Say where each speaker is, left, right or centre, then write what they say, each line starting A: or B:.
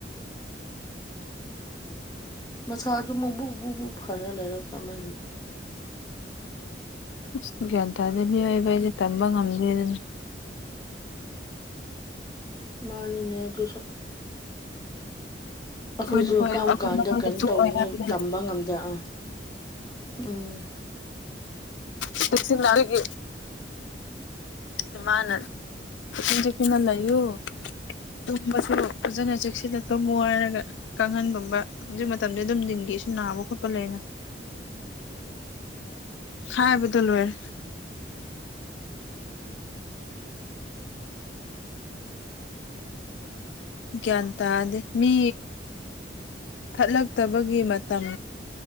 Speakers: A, on the left (about 20°); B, on the left (about 80°).
A: ꯃꯁꯥꯗꯨ ꯃꯨꯛꯕꯨꯛ ꯕꯨꯕꯨ ꯐꯔ ꯂꯩꯔꯛꯃꯅ
B: ꯑꯁ ꯒ꯭ꯌꯥꯟ ꯇꯥꯗꯕꯤ ꯑꯣꯏꯌꯦꯕ ꯑꯩꯁꯦ ꯇꯝꯕ ꯉꯝꯗꯦ ꯑꯗꯨꯅ
A: ꯃꯥꯅꯤꯅꯦ ꯑꯗꯨꯁꯨ
B: ꯑꯩꯈꯣꯏꯅ
A: ꯑꯩꯈꯣꯏꯁꯨ
B: ꯍꯣꯏ
A: ꯀꯔꯝ
B: ꯑꯩꯈꯣꯏꯅ
A: ꯀꯥꯟꯗ
B: ꯑꯩꯈꯣꯏꯗ
A: ꯀꯩꯅꯣ
B: ꯊꯣꯛꯑꯣꯏ
A: ꯇꯧꯒꯅꯦ
B: ꯍꯥꯏꯕꯗꯤ
A: ꯇꯝꯕ
B: ꯂꯩꯇꯦ
A: ꯉꯝꯗꯦ ꯑꯥ ꯎꯝ
B: ꯁꯤꯜꯒꯤ ꯏꯃꯅ ꯇ ꯆꯦ ꯀꯅ ꯂꯩꯣ ꯇꯨꯝꯕꯁꯨ ꯐꯖꯅ ꯆꯦꯛꯁꯤꯜꯂꯛꯄ ꯋꯥꯔꯒ ꯀꯥꯡꯈꯟꯒꯨꯝꯕ ꯍꯧꯖꯤꯛ ꯃꯇꯝꯗ ꯑꯗꯨꯝꯤꯡꯈꯤ ꯁꯤ ꯅꯥꯕ ꯈꯣꯠꯄ ꯂꯩꯅ
A: <unintelligible>
B: ꯈꯥꯏꯕꯗꯂꯔ ꯒꯌꯥꯟ ꯇꯥꯗꯦ ꯃꯤ ꯊꯠꯂꯛꯇꯕꯒꯤ ꯃꯇꯝ